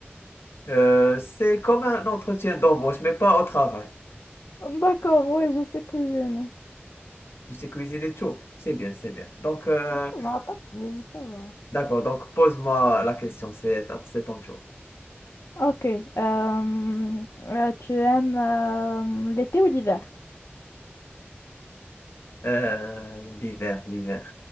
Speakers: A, on the left (about 65°); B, on the left (about 85°).
A: Euh, c'est comme un entretien d'embauche, mais pas au travail.
B: <laughs> D'accord, ouais, je sais cuisiner.
A: Tu sais cuisiner tout. C'est bien, c'est bien. Donc, euh,
B: Ça va, pas cool, ça va.
A: d'accord. Donc, pose-moi la question. C'est c'est ton tour.
B: Ok, euh, euh, tu aimes euh, l'été ou l'hiver?
A: Euh, l'hiver, l'hiver,